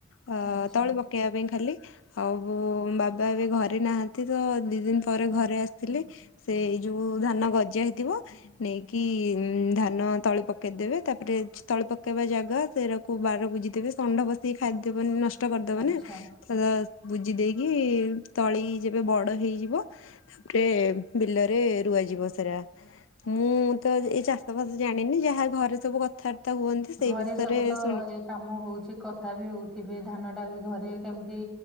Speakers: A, on the left; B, in the centre.
A: ଅ
B: ଆଚ୍ଛା
A: ତଳି ପକେଇବା ପାଇଁ ଖାଲି ଆଉ ଓ ବାବା ଏବେ ଘରେ ନାହାନ୍ତି ତ, ଦି ଦିନ ପରେ ଘରେ ଆସିଥିଲି ସେଇ ଯୋଉ ଧାନ ନ ଗଜା ହେଇଥିବ। ନେଇକି ଧାନ ତଳି ପକେଇଦେବେ ତାପରେ ତଳି ପକେଇବା ଯାଏ ବା ସେଇରାକୁ ବାର ବୁଝିଦେବେ ଷଣ୍ଢ ପସିକି ଖାଇଦବନି ନଷ୍ଟ କରିଦବନା
B: ଆଚ୍ଛା
A: ତ ବୁଜି ଦେଇକି ତଳି ଯେବେ ବଡ ହେଇଯିବ ତାପରେ ବିଲରେ ରୁ ରୁଆ ଯିବ ସେରା, ମୁଁ ତ ଏଇ ଚାଷ ବାସ ଜାଣିନି ଯାହା ଘରେ ସବୁ କଥା ତା ହୁଅନ୍ତି, ସେଇ
B: ଘରେ
A: ବିଷୟରେ
B: ସବୁ ତ
A: ଶୁଣି
B: ଏ କାମ ହଉଛି, କଥା ବି ହଉଥିବେ ଧାନ ଟା ବି ଘରେ କେମିତି